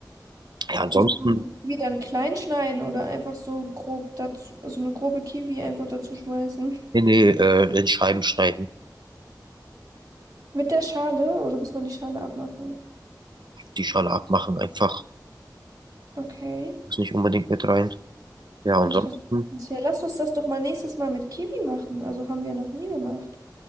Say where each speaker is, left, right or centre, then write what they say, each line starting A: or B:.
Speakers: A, on the right (about 85°); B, on the right (about 40°).
A: Ja, ansonsten
B: Muss man die Kiwi dann klein schneiden oder einfach so grob dazu, also eine grobe Kiwi einfach dazu schmeißen?
A: in, die, äh, in Scheiben schneiden,
B: Mit der Schale oder muss man die Schale abmachen?
A: die Schale abmachen einfach.
B: Okay,
A: Muss nicht unbedingt mit rein. Ja, ansonsten,
B: interessant. Ja, lass uns das doch mal nächstes Mal mit Kiwi machen. Also haben wir ja noch nie gemacht.